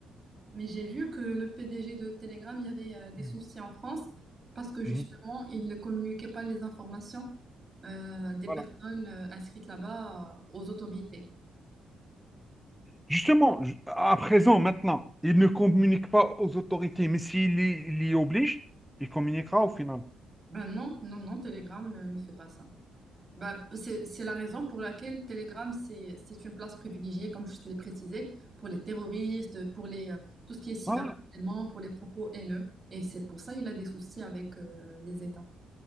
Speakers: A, on the right (about 30°); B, in the centre.
A: Mais j'ai vu que le PDG de Telegram, il y avait euh, des
B: Mhm.
A: soucis en France parce que justement,
B: Mhm.
A: il ne communiquait pas les informations euh, des personnes
B: Voilà.
A: euh, inscrites là-bas euh, aux autorités.
B: Justement, ju- à présent, maintenant, il ne communique pas aux autorités, mais s'il y, il y oblige, il communiquera au final.
A: Ben non, non, non, Telegram euh, ne fait pas ça. Ben, c'est, c'est la raison pour laquelle Telegram, c'est, c'est une place privilégiée, comme je te l'ai précisé, pour les terroristes, pour les, euh, tout ce qui est cyberharcèlement,
B: Voilà.
A: pour les propos haineux. Et c'est pour ça qu'il a des soucis avec euh, les États.